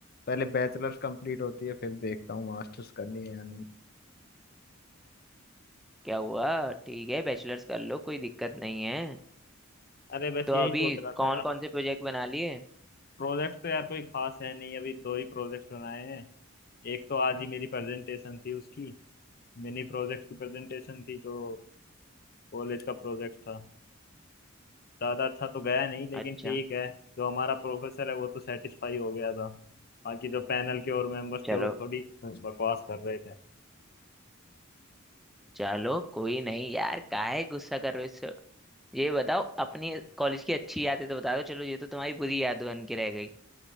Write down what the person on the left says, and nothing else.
पहले बैचलर्स कंप्लीट होती है फिर देखता हूँ मास्टर्स करनी है या नहीं
अरे बस
यही
सोच रहा
था
प्रोजेक्ट तो यार कोई खास है नहीं अभी दो ही प्रोजेक्ट बनाए हैं एक तो आज ही मेरी प्रेजेंटेशन थी उसकी मिनी प्रोजेक्ट की प्रेजेंटेशन थी तो कॉलेज का प्रोजेक्ट था ज़्यादा अच्छा तो गया नहीं लेकिन
ठीक है जो हमारा प्रोफेसर है वो तो सेटिस्फाई हो गया था बाकी जो पैनल के और मेंबर्स
थे वो थोड़ी बकवास कर रहे थे